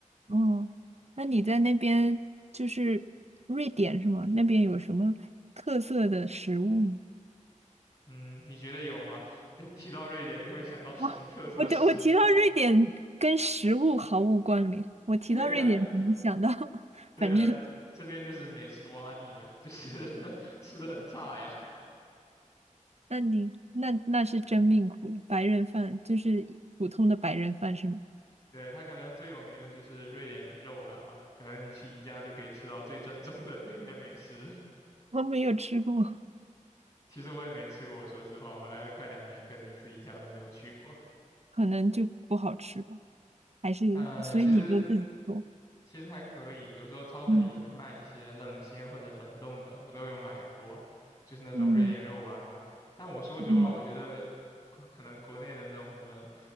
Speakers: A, on the right; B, on the left.
A: 嗯，那你在那边就是瑞典是吗？那边有什么特色的食物吗？
B: 嗯，你觉得有吗？<laughs> 就提到瑞典，你会想到什么特色食物吗？
A: 哇，我对我提到瑞典跟食物毫无关联，我提到瑞典只能想到，
B: <laughs> 对呀，
A: <laughs>
B: 对呀，
A: 反正
B: 这这边就是美食洼地呀，就是 <laughs> 吃的很差呀。
A: 那你那那是真命苦，白人饭就是普通的白人饭是吗？
B: 对，他可能最有名的就是瑞典肉丸嘛，可能你去宜家就可以吃到最正宗的瑞典美食。<laughs>
A: 我没有吃过，
B: 其实我也没吃过，我说实话，我来了快两年，可能一次宜家都没有去过。
A: 可能就不好吃吧。还是所以你都自己做？
B: 呃，其实其实还可以，有时候超市里也会卖一些冷鲜或者冷冻的，
A: 嗯
B: 我都有买过，就是那种瑞典肉丸嘛。
A: 嗯
B: 但我说实话，
A: 嗯
B: 我觉得可可能国内的那种什么